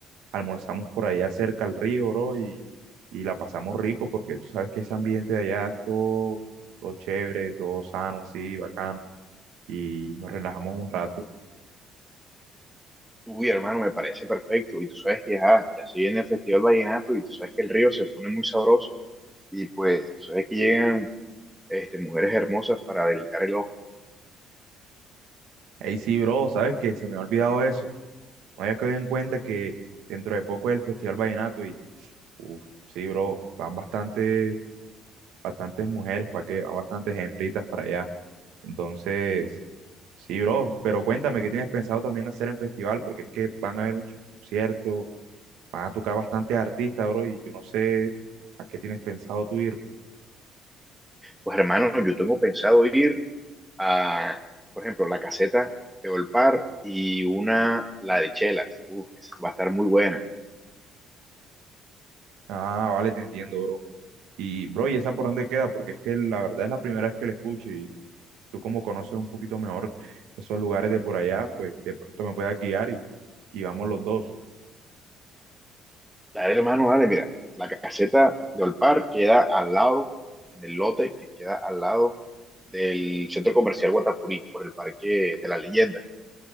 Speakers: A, on the right; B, in the centre.
A: almorzamos por allá cerca al río, bro, y, y la pasamos rico porque tú sabes que ese ambiente de allá es todo, todo chévere, todo sano, así, bacano, y nos relajamos un rato.
B: Uy, hermano, me parece perfecto. Y tú sabes que ajá, ya se viene el Festival Vallenato y tú sabes que el río se pone muy sabroso. Y pues, tú sabes que llegan este, mujeres hermosas para deleitar el ojo.
A: Ahí sí, bro, sabes que se me ha olvidado eso. No había caído en cuenta que dentro de poco es el Festival Vallenato y, uff, sí, bro, van bastante, bastantes mujeres para que, van bastantes hembritas para allá. Entonces, sí, bro, pero cuéntame qué tienes pensado también hacer en festival, porque es que van a haber muchos conciertos, van a tocar bastantes artistas, bro, y yo no sé a qué tienes pensado tú ir.
B: Pues, hermano, yo tengo pensado ir a, por ejemplo, la caseta de Olpar y una, la de Chelas. Uf, esa va a estar muy buena.
A: Ah, vale, te entiendo, bro. Y, bro, ¿y esa por dónde queda? Porque es que la verdad es la primera vez que la escucho y tú como conoces un poquito mejor esos lugares de por allá, pues de pronto me puedas guiar y, y vamos los dos.
B: Dale, hermano, dale, mira. La caseta de Olpar queda al lado, en el lote que queda al lado del centro comercial Guatapurí, por el Parque de la Leyenda.